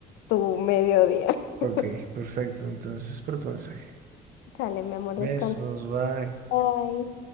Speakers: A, on the left; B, on the right.
A: tu mediodía. <laughs>
B: Ok, perfecto. Entonces espero tu mensaje.
A: Sale, mi amor,
B: Besos,
A: descansa.
B: bye.
A: Bye.